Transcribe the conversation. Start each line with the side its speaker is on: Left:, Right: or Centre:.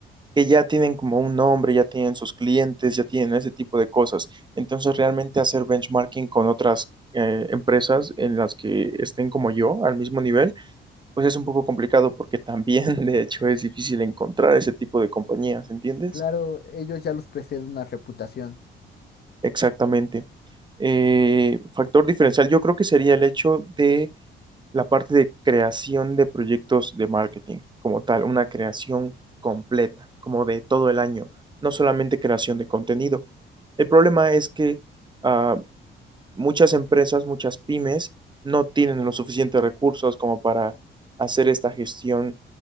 Right: que ya tienen como un nombre, ya tienen sus clientes, ya tienen ese tipo de cosas. Entonces, realmente hacer benchmarking con otras eh, empresas en las que estén como yo al mismo nivel, pues es un poco complicado porque también, <laughs> de hecho, es difícil encontrar ese tipo de compañías, ¿entiendes?
Left: Claro, ellos ya los precede una reputación.
Right: Exactamente. Eh, factor diferencial, yo creo que sería el hecho de la parte de creación de proyectos de marketing, como tal, una creación completa, como de todo el año, no solamente creación de contenido. El problema es que ah, muchas empresas, muchas pymes, no tienen los suficientes recursos como para hacer esta gestión